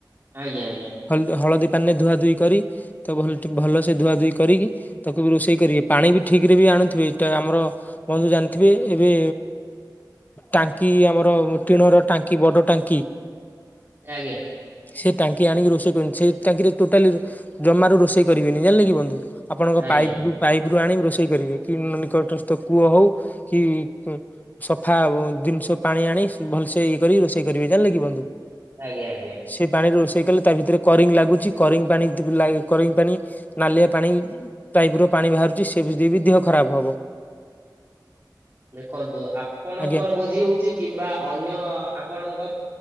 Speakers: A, on the right; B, on the left.
A: ଆଜ୍ଞା ଆଜ୍ଞା।
B: ହଳଦୀ ହଳଦୀ ପାଣୀରେ ଧୁଆ ଧୁଇ କରି ତ ଭଲସେ ଧୁଆ ଧୁଇ କରିକି ତାକୁ ବି ରୋଷେଇ କରିବେ ପାଣି ବି ଠିକ ରେ ବି ଆଣୁଥିବେ ଏଇଟା ଆମର ବନ୍ଧୁ ଜାଣିଥିବେ ଏବେ ଟାଙ୍କି ଆମର ଟିଣର ଟାଙ୍କି ବଡ ଟାଙ୍କି
A: ଆଜ୍ଞା
B: ସେ ଟାଙ୍କି ଆଣିକି ରୋଷେଇ କରିବେନି ସେ ଟାଙ୍କିରେ ଟୋଟାଲି ଜମାରୁ ରୋଷେଇ କରିବେନି ଜାଣିଲେ କି ବନ୍ଧୁ? ଆପଣଙ୍କ
A: ଆଜ୍ଞା
B: ପାଇପ୍
A: ଆଜ୍ଞା
B: ରୁ ପାଇପ୍ ରୁ ଆଣି ରୋଷେଇ କରିବେ କି ନିକଟସ୍ଥ କୂଅ ହୋଉ କି ସଫା ଜିନିଷ ପାଣି ଆଣି ଭଲସେ ଇଏ କରି ରୋଷେଇ କରିବେ ଜାଣିଲେ କିି ବନ୍ଦୁ?
A: ଆଜ୍ଞା ଆଜ୍ଞା।
B: ସେ ପାଣିରେ ରୋଷେଇ କଲେ ତା ଭିତରେ କରିଙ୍ଗ ଲାଗୁଛି କରିଙ୍ଗ ପାଣି ତା କରିଙ୍ଗ ପାଣି। ନାଲିଆ ପାଣି ଟାଇପ୍ ର ପାଣି ବାହାରୁଛି ସେ ବି ଦେହ ଖରାପ ହବ।
A: ଦେଖନ୍ତୁ ଆପଣଙ୍କର
B: ଆଜ୍ଞା
A: ଭୋଜି ହଉଛି। କିମ୍ବା ଅନ୍ୟ ଆପଣଙ୍କ